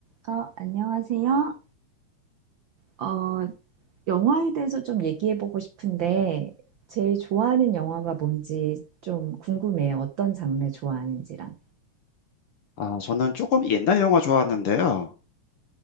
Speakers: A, on the right (about 80°); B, on the left (about 65°).
A: 어, 안녕하세요. 어, 영화에 대해서 좀 얘기해 보고 싶은데, 제일 좋아하는 영화가 뭔지 좀 궁금해요. 어떤 장르 좋아하는지랑.
B: 아, 저는 조금 옛날 영화 좋아하는데요.